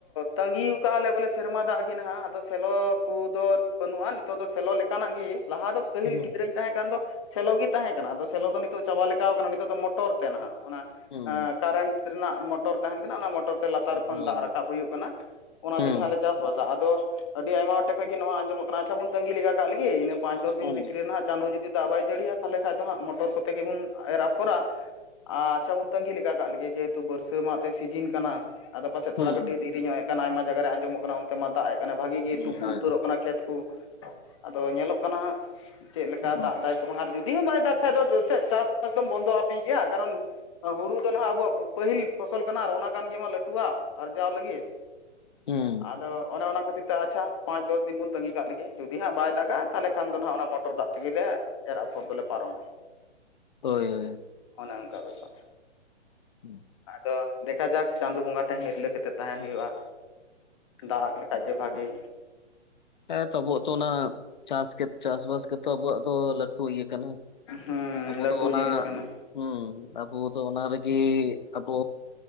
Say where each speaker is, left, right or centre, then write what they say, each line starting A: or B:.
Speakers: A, on the left; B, on the left.
A: ᱛᱟᱹᱜᱤ ᱠᱟᱜ-ᱟ ᱞᱮ ᱵᱚᱞᱮ ᱥᱮᱨᱢᱟ ᱫᱟᱜ ᱜᱮ ᱱᱟᱦᱟᱜ ᱟᱫᱚ ᱥᱮᱞᱚ ᱠᱩᱫᱚ ᱵᱟᱹᱱᱩᱜ-ᱟ ᱱᱤᱛᱚᱜ ᱫᱚ ᱥᱮᱞᱚ ᱞᱮᱠᱟᱱᱟᱜ ᱜᱮ ᱞᱟᱦᱟ ᱫᱚ ᱯᱟᱹᱦᱤᱞ
B: ᱦᱩᱸ
A: ᱜᱤᱫᱽᱨᱟᱹᱧ ᱛᱟᱦᱮᱸ ᱠᱟᱱ ᱫᱚ ᱥᱮᱞᱚ ᱜᱮ ᱛᱟᱦᱮᱸ ᱠᱟᱱᱟ ᱟᱫᱚ ᱥᱮᱞᱚ ᱫᱚ ᱱᱤᱛᱚᱜ ᱪᱟᱵᱟ ᱞᱮᱠᱟᱣ ᱠᱟᱱᱟ ᱱᱤᱛᱚᱜ ᱫᱚ ᱢᱚᱴᱚᱨ ᱛᱮ ᱱᱟᱦᱟᱜ ᱚᱱᱟ
B: ᱦᱩᱸ
A: ᱠᱟᱨᱮᱱᱴ ᱨᱮᱱᱟᱜ ᱢᱚᱴᱚᱨ ᱛᱟᱦᱮᱱ ᱠᱟᱱᱟ ᱚᱱᱟ ᱢᱚ ᱴᱚᱨ ᱛᱮ ᱞᱟᱛᱟᱨ ᱠᱷᱚᱱ
B: ᱦᱳᱭ
A: ᱫᱟᱜ ᱨᱟᱠᱟᱵ ᱦᱩᱭᱩᱜ ᱠᱟᱱᱟ ᱚᱱᱟ
B: ᱦᱩᱸ
A: ᱛᱮᱜᱮ ᱦᱟᱜ ᱞᱮ ᱪᱟᱥ ᱵᱟᱥᱟ ᱟᱫᱚ ᱟᱹᱰᱤ ᱟᱭᱢᱟ ᱦᱚᱲᱴᱷᱮᱡ ᱠᱷᱚᱡ ᱜᱮ ᱱᱚᱣᱟ ᱟᱡᱚᱢᱚᱜ ᱠᱟᱱᱟ ᱟᱪᱪᱷᱟ ᱵᱚᱱ ᱛᱟᱹᱜᱤ ᱞᱮᱜᱟ ᱠᱟᱜ ᱞᱤᱜᱤ ᱤᱱᱟᱹ ᱯᱟᱸᱪ ᱫᱚᱥ
B: ᱦᱩᱸ
A: ᱫᱤᱱ ᱵᱷᱤᱛᱨᱤ ᱱᱦᱟᱜ ᱪᱟᱸᱫᱚ ᱡᱩᱫᱤ ᱫᱟᱜ ᱵᱟᱭ ᱡᱟᱹᱲᱤᱭᱟ-ᱟ ᱛᱟᱦᱚᱞᱮ ᱠᱷᱟᱡ ᱫᱚ ᱦᱟᱸᱜ ᱢᱚᱴᱚᱨ ᱠᱚᱛᱮ ᱜᱮᱵᱚᱱ ᱮᱨ ᱟᱯᱷᱚᱨᱟ ᱟᱨ ᱵᱚᱱ ᱛᱟᱹᱜᱤ ᱞᱮᱠᱟ ᱠᱟᱜ ᱞᱮᱜᱮ ᱡᱮᱦᱮᱛᱩ ᱵᱟᱹᱨᱥᱟᱹ ᱢᱟ ᱯᱮ ᱥᱤᱡᱤᱱ ᱠᱟᱱᱟ ᱟᱫᱚ ᱯᱟᱥᱮᱡ
B: ᱦᱩᱸ
A: ᱛᱷᱚᱲᱟ ᱠᱟᱹᱴᱤᱡ ᱫᱤᱨᱤ ᱧᱚᱜ ᱮ ᱠᱟᱱ ᱟᱭᱢᱟ ᱡᱟᱜᱟ ᱨᱮ ᱟᱸᱡᱚᱢᱚᱜ ᱠᱟᱱᱟ ᱚᱱᱛᱮ ᱢᱟ ᱫᱟᱜ ᱮ ᱠᱟᱱᱟ ᱵᱷᱟᱹᱜᱤ ᱜᱤ
B: ᱦᱩᱸ
A: ᱛᱩᱯᱩ
B: ᱦᱳᱭ
A: ᱩᱛᱟᱹᱨᱚᱜ ᱠᱟᱱᱟ ᱠᱷᱮᱛ ᱠᱩ ᱟᱫᱚ ᱧᱮᱞᱚᱜ ᱠᱟᱱᱟ ᱦᱟᱸᱜ ᱪᱮᱫ ᱞᱮᱠᱟ
B: ᱦᱳᱭ
A: ᱫᱟᱜ ᱫᱟᱭ ᱥᱮ ᱵᱟᱝ ᱟᱨ ᱡᱩᱫᱤ ᱦᱚᱸ ᱵᱟᱭ ᱫᱟᱜ ᱠᱷᱟᱡ ᱫᱚ ᱵᱳᱞᱛᱮᱜ ᱪᱟᱥᱵᱟᱥ ᱫᱚᱢ ᱵᱚᱱᱫᱚ ᱦᱟᱯᱤᱭ ᱜᱮᱭᱟ ᱠᱟᱨᱚᱱ ᱦᱩᱲᱩ ᱫᱚ ᱱᱟᱦᱟᱜ ᱟᱵᱚᱣᱟᱜ ᱯᱟᱹᱦᱤᱞ ᱯᱷᱚᱥᱚᱞ ᱠᱟᱱᱟ ᱟᱨ ᱚᱱᱟ ᱠᱟᱱ ᱜᱮᱢᱟ ᱞᱟᱹᱴᱩᱣᱟᱜ ᱟᱨᱡᱟᱣ ᱞᱟᱹᱜᱤᱫ᱾
B: ᱦᱩᱸ
A: ᱟᱫᱚ ᱚᱱᱮ ᱚᱱᱟ ᱠᱷᱟᱹᱛᱤᱨ ᱛᱮ ᱟᱪᱷᱟ ᱯᱟᱸᱪ ᱫᱚᱥ ᱫᱤᱱ ᱵᱚᱱ ᱛᱟᱹᱜᱤ ᱠᱟᱜ ᱞᱮᱜᱮ ᱡᱩᱫᱤ ᱦᱟᱜ ᱵᱟᱭ ᱫᱟᱜᱟ ᱛᱟᱦᱚᱞᱮ ᱠᱷᱟᱱ ᱫᱚ ᱦᱟᱜ ᱚᱱᱟ ᱢᱚᱴᱚᱨ ᱫᱟᱜ ᱛᱮᱜᱮ ᱞᱮ ᱮᱨ ᱟᱯᱷᱚᱨ ᱫᱚᱞᱮ ᱯᱟᱨᱚᱢᱟ᱾
B: ᱦᱳᱭ ᱦᱳᱭ ᱦᱳᱭ,
A: ᱚᱱᱮ ᱚᱸᱠᱟ ᱵᱮᱯᱟᱨ,
B: ᱦᱩᱸ,
A: ᱟᱫᱚ ᱫᱮᱠᱷᱟ ᱡᱟᱠ ᱪᱟᱸᱫᱳ ᱵᱚᱸᱜᱟ ᱴᱷᱮᱱ ᱦᱤᱨᱞᱟᱹ ᱠᱟᱛᱮᱫ ᱛᱟᱦᱮᱸᱱ ᱦᱩᱭᱩᱜᱼᱟ ᱫᱟᱜᱼᱟ ᱞᱮᱠᱷᱟᱡ ᱜᱮ ᱵᱷᱟᱜᱤ
B: ᱦᱮᱸ ᱛᱚ ᱟᱵᱚᱣᱟᱜ ᱛᱚ ᱚᱱᱟ ᱪᱟᱥ ᱜᱮ ᱪᱟᱥᱵᱟᱥ ᱜᱮᱛᱚ ᱟᱵᱚᱣᱟᱜ ᱫᱚ ᱞᱟᱹᱴᱩ ᱤᱭᱟᱹ ᱠᱟᱱᱟ,
A: ᱦᱩᱸ
B: ᱟᱵᱚ
A: ᱞᱟᱹᱴᱩ
B: ᱫᱚ ᱚᱱᱟ
A: ᱡᱤᱱᱤᱥ ᱠᱟᱱᱟ
B: ᱦᱩᱸ ᱟᱵᱚ ᱫᱚ ᱚᱱᱟ ᱨᱮᱜᱮ ᱟᱵᱚ